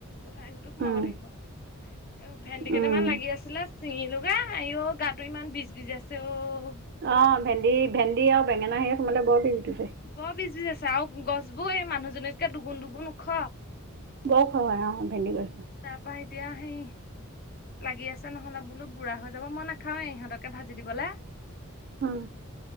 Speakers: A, on the left; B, on the right.
A: গোহাঁই ঘৰতো সোমাব
B: উম
A: লাগিব। এই ভেন্দি কেইটামান
B: উম
A: লাগি আছিলে চিঙিলো গে, আই ও গাত ইমান বিজ বিজ আছে অ'।
B: অ' ভেন্দি ভেন্দি আৰু বেঙেনা সেইঅত সোমালে বৰ বিজবিজাই।
A: বৰ বিজবিজাইছে আৰু গছবোৰ এই মানুহজনীতকে দুগুণ দুগুণ ওখ।
B: বৰ ওখ হয় আও ভেন্দি গছ।
A: তাৰপা এতিয়া সেই লাগি আছে নহ'লে বোলো বুঢ়া হৈ যাব, মই নাখাওঁৱে ইহঁতকে ভাজি দিবলে।
B: উম